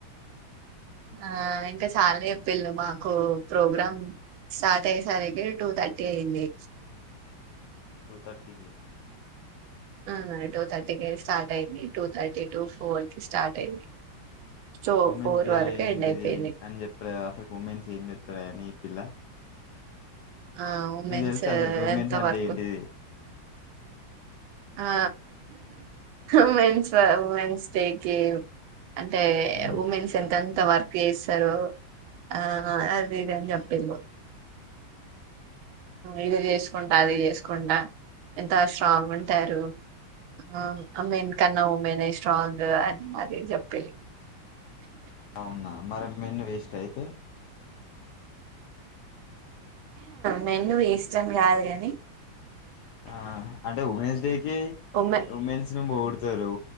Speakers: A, on the right; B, on the left.
A: ఆ ఇంకా చాలచెప్పిన్లు మాకు ప్రోగ్రామ్ స్టార్ట్ అయ్యసరికి టూ థర్టీ ఆయింది
B: టూ థర్టీ కి
A: హ్మ్ టూ థర్టీకి స్టార్ట్ అయింది టూ థర్టీ టూ ఫోర్ కి స్టార్ట్ అయింది సో
B: ఉమెన్స్
A: ఫోర్
B: డే
A: వరకు
B: ఏంటిది
A: ఎండ్ అయిపోయింది
B: అన్ చెప్పలేద అసల ఉమెన్స్ ఏం జెప్తలే ఈ పిల్ల
A: ఆ ఉమెస్సూ
B: నీకు తెలుసా అసలుకి ఉమెన్స్
A: ఎంత
B: అంటే
A: వర్క్
B: ఏంటిది
A: ఆ ఉమెన్స్ ఉమెన్స్ డే కి అంటే
B: ఉమ్
A: ఉమెన్స్ ఎంతెంత వర్క్ ఏస్తరో ఆ ఆ అధి ఇది అని జేప్పిల్లు ఇది జేస్కూంట అది ఆసుకుంట ఎంత స్ట్రాంగ్ ఉంటారు ఆ ఆమెన్ కన్నా ఉమెన్ ఏ స్ట్రాంగ్ అద్ అది జెప్పేల్లు
B: అవునా మరే మెన్ వేస్ట్ అయితే
A: మెన్ను వేస్ట్ అని గాదు గాని
B: ఆ అంటే ఉమెన్స్ డేకి
A: ఉమెన్
B: విమెన్స్ నీ బొగుడుతారు